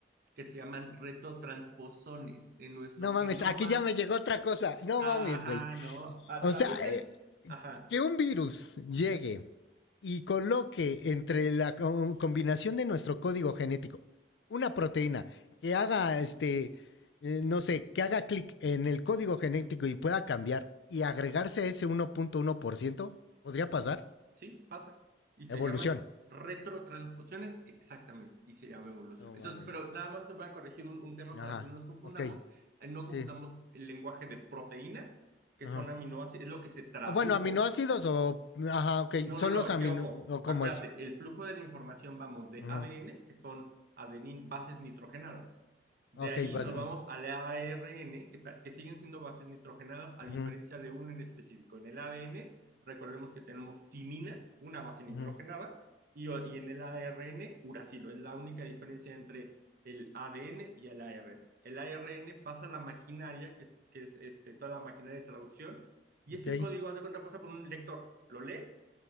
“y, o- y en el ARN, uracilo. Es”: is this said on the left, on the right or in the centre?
Right